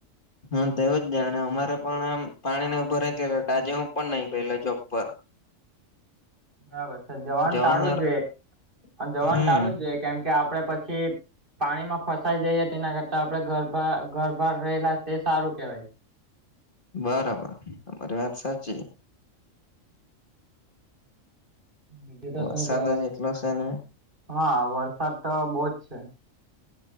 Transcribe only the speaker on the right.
બરાબર છે જવાનું
ટાળું જ જોઈએ જવાનું
ટાળું જ જોઈએ કેમ કે આપડે પછી પાણી માં ફસાઈ જઈ હતી એના કરતા આપડે ગરભા ગરભા પર રહેલા તે સારું કેવાય.
બીજું તો
શું કે
હા વરસાદ તો બો જ છે.